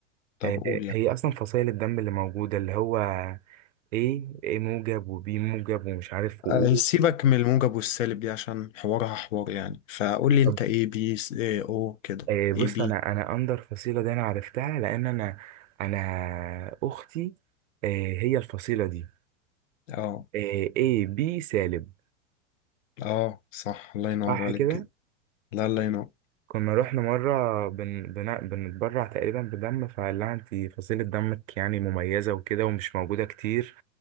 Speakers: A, on the left; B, on the right.
A: طب
B: إيه
A: قول يعني
B: هي اصلا فصائل الدم اللي موجوده اللي هو ايه ايه موجب وبي موجب ومش عارف وايه
A: آه، سيبك من الموجب والسالب دي عشان حوارها حوار يعني فقول لي انت
B: طب
A: ايه بي س- إيه او كده
B: إيه بص
A: ايه بي
B: انا انا اندر فصيله دي انا عرفتها لان انا انا اختي إيه هي الفصيله دي
A: اه
B: إيه ايه بي سالب
A: اه صح الله ينور
B: صح
A: عليك
B: كده.
A: كده لا الله
B: كنا رحنا مرة بن... بن... بنتبرع تقريبا بدم فقال لها انت فصيلة دمك يعني مميزة وكده ومش موجودة كتير